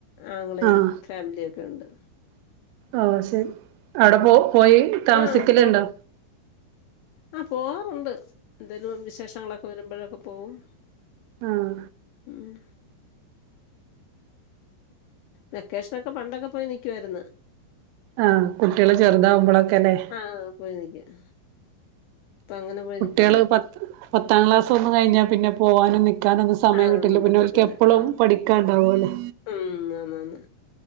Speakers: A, on the left; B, on the right.
A: ആങ്ങളെയും
B: ആഹ്
A: ഫാമിലിയൊക്കെ ഒണ്ട്
B: ഓ ശെരി അവടെ
A: ഉം
B: പോ പോയി താമസിക്കലുണ്ടോ
A: ആഹ് പോ ആഹ് പോവാറുണ്ട് എന്തേലും വിശേഷങ്ങളൊക്കെ വരുമ്പോഴൊക്കെ പോവും
B: ആഹ്
A: ഉം വെക്കേഷനൊക്കെ പണ്ടൊക്കെ പോയി നിൽക്കുവായിരുന്നു
B: ആഹ് കുട്ടികള് ചെറുതാവുമ്പോളൊക്കെല്ലേ
A: ആഹ് പോയി നിക്കും അപ്പം അങ്ങനെ പോയി നിക്കും
B: കുട്ട്യാള് പത് പത്താം ക്ലാസ്സൊന്നും കഴിഞ്ഞാ പിന്നെ പോവാനും നിക്കാനൊന്നും സ സമയം
A: ആഹ്
B: കിട്ടൂല്ല
A: ഒന്നും
B: പിന്നെ
A: പറ്റത്തില്ല
B: ഓൽക്ക് എപ്പളും
A: ആഹ്
B: പഠിക്കാണ്ടാവൊലൊ
A: ഉം ആന്നാന്ന്